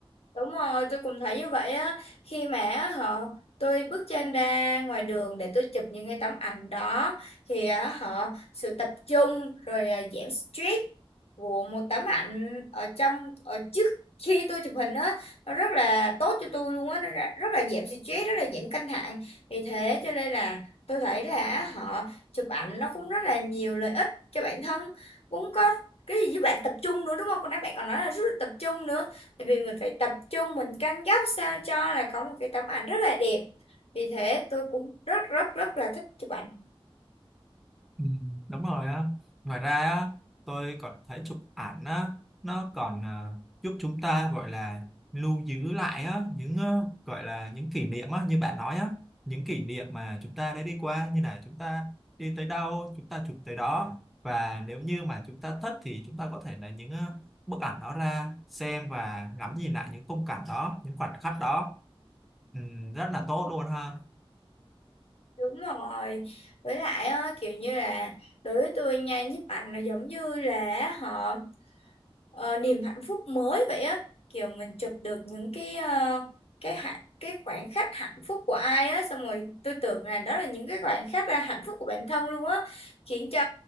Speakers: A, on the left; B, in the centre.
A: Đúng rồi, tôi cũng thấy như vậy á. Khi mà á, họ tôi bước chân ra ngoài đường để tôi chụp những cái tấm ảnh đó thì á, họ sự tập trung rồi à, giảm stress của một tấm ảnh ở trong ở trước khi tôi chụp hình á nó rất là tốt cho tôi luôn á nó ra- rất là giảm stress rất là giảm căng thẳng vì thế cho nên là tôi thấy là họ chụp ảnh nó cũng rất là nhiều lợi ích cho bản thân cũng có cái gì giúp bạn tập trung nữa đúng không? Còn nãy bạn còn nói là rất là tập trung nữa Tại vì mình phải tập trung mình căng góc sao cho là có một cái tấm ảnh rất là đẹp vì thế tôi cũng rất rất rất là thích chụp ảnh
B: Ừ, đúng rồi á ngoài ra á tôi còn thấy chụp ảnh á nó còn ờ, giúp chúng ta gọi là lưu giữ lại á những ờ, gọi là những kỷ niệm á như bạn nói á những kỷ niệm mà chúng ta đã đi qua như là chúng ta đi tới đâu chúng ta chụp tới đó và nếu như mà chúng ta thích thì chúng ta có thể lấy những ờ, bức ảnh đó ra xem và ngắm nhìn lại những khung cảnh đó những khoảnh khắc đó ừ, rất là tốt luôn ha
A: đúng rồi với lại ờ, kiểu như là đối với tôi nha nhiếp ảnh là giống như là họ ờ, niềm hạnh phúc mới vậy á kiểu mình chụp được những cái ờ, cái hạnh cái khoảnh khắc hạnh phúc của ai á xong rồi tôi tưởng là đó là những cái khoảnh khắc là hạnh phúc của bản thân luôn á khiến cho